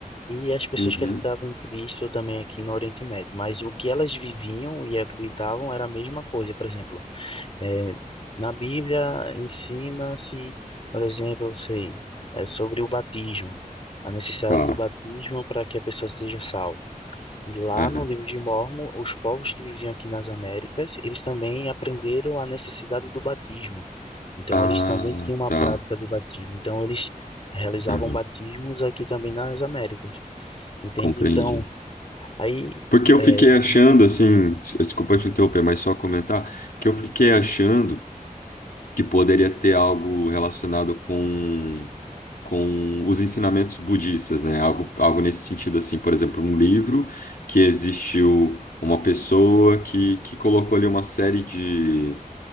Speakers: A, on the left; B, on the left.
A: e as pessoas
B: Uhum.
A: que acreditavam em Cristo também aqui no Oriente Médio. Mas o que elas viviam e acreditavam era a mesma coisa. Por exemplo, eh, na Bíblia ensina-se, por exemplo, sei, eh, sobre o batismo, a necessidade
B: Tá.
A: do batismo para que a pessoa seja salva. Lá
B: Aham.
A: no livro de Mórmon, os povos que viviam aqui nas Américas, eles também aprenderam a necessidade do batismo. Então,
B: Ah,
A: eles também tinham uma
B: tá.
A: prática do batismo. Então, eles realizavam
B: Aham.
A: batismos aqui também nas Américas, entende?
B: Compreendi.
A: Então, aí,
B: Porque eu fiquei
A: é,
B: achando, assim, des- desculpa te interromper, mas só comentar, que eu fiquei achando que poderia ter algo relacionado com, com os ensinamentos budistas, né? Algo, algo nesse sentido, assim, por exemplo, um livro que existiu uma pessoa que, que colocou ali uma série de